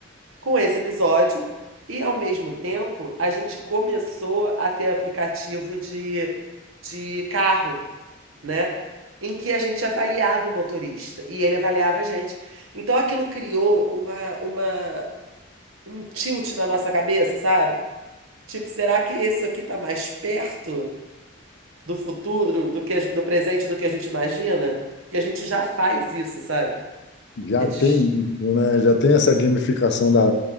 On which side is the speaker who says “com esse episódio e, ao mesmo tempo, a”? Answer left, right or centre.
Right